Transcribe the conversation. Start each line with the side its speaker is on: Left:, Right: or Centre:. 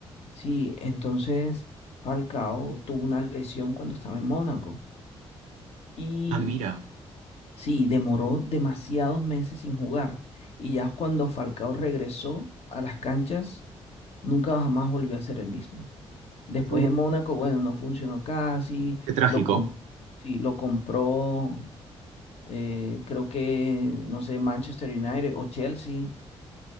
Left: Sí, entonces Falcao tuvo una lesión cuando estaba en Mónaco y
Right: Ah, mira,
Left: sí, demoró demasiados meses sin jugar. Y ya cuando Falcao regresó a las canchas, nunca jamás volvió a ser el mismo. Después
Right: Uh,
Left: en Mónaco, bueno, no funcionó casi,
Right: qué trágico.
Left: lo, com- sí, lo compró Eh, creo que, no sé, Manchester United o Chelsea.